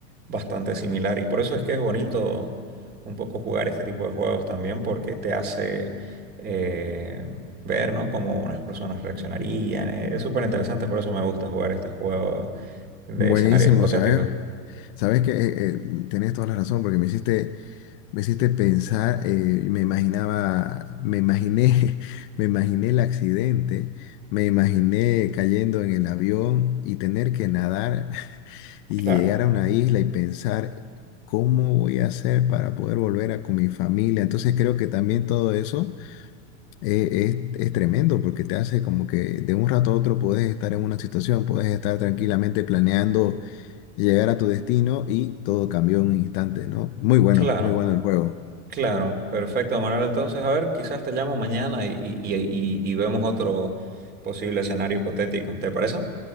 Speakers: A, on the right (about 25°); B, on the left (about 40°).
A: bastante similar y por eso es que es bonito un poco jugar este tipo de juegos también porque te hace... eh, ver, ¿no? Cómo unas personas reaccionarían. eh, Es súper interesante, por eso me gusta jugar este juego de
B: buenísimo,
A: escenarios hipotéticos.
B: ¿sabes? Sabes que eh, eh, tenés toda la razón porque me hiciste, me hiciste pensar, eh, y me imaginaba, me imaginé, <laughs> me imaginé el accidente, me imaginé cayendo en el avión y tener que nadar <laughs> y
A: Claro,
B: llegar a una isla y pensar cómo voy a hacer para poder volver a con mi familia. Entonces creo que también todo eso eh, es, es tremendo porque te hace como que de un rato a otro puedes estar en una situación, puedes estar tranquilamente planeando llegar a tu destino y todo cambió en un instante, ¿no? Muy bueno,
A: claro,
B: muy bueno el juego.
A: claro. Perfecto, Manuel. Entonces, a ver, quizás te llamo mañana y, y- y- y y vemos otro posible escenario hipotético. ¿Te parece?